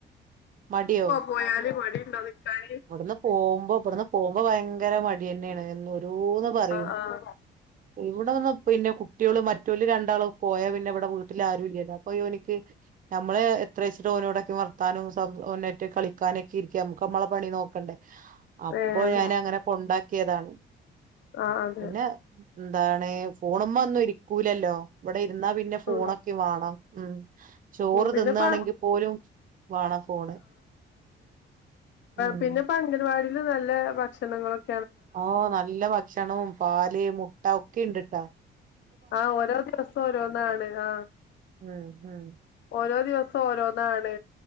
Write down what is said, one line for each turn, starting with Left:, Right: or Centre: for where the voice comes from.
Right: മട്യാെ.
Left: പോയാല് മടി ഇണ്ടോ നിക്കാന്.
Right: ഇവട്ന്ന് പോകുമ്പോ ഇവിടന്ന് പോകുമ്പ ഭയങ്കര മട്യന്നേണ്. ഓരോന്ന് പറയും.
Left: ആഹ് ആഹ്
Right: ഇവിടെ വന്ന് പിന്നെ കുട്ട്യേള് മറ്റോല് രണ്ടാളും. പോയാ പിന്നെ ഇവിടെ വീട്ടില് ആരു ഇല്യല്ലോ. അപ്പ യോനിക്ക്. നമ്മള് എത്രേച്ചിട്ട ഓനോടൊക്കെ വർത്താനും നേറ്റ് കളിക്കാനൊക്കെ ഇരിക്ക. നമുക്ക് നമ്മളെ. പണി നോക്കണ്ടെ. അപ്പൊ
Left: ഏഹ്
Right: ഞാൻ അങ്ങനെ കൊണ്ടാക്കിയതാണ്.
Left: ആഹ് അതെ
Right: പിന്നെ എന്താണ് ഫോണ് മ്മെ ഒന്നും ഇരിക്കൂലല്ലോ. ഇവിടെ ഇരുന്നാ പിന്നെ ഫോണൊക്കെ
Left: ഉം
Right: വാണം. ഉം. ചോറ്
Left: ഉം പിന്നെപ്പ
Right: തിന്നാണെങ്കിൽ പോലും വേണം ഫോണ്. ഉം
Left: പിന്നെ പംഗൻവാടീലും നല്ല ഭക്ഷണങ്ങളൊക്കെ
Right: ഓ നല്ല ഭക്ഷണവും, പാല്, മുട്ട, ഒക്കെ ഇണ്ടിട്ട.
Left: ആഹ് ഓരോ ദിവസം ഓരോന്നാണ്. ആ.
Right: ഉം ഉം
Left: ഓരോ ദിവസം ഓരോന്നാണ്.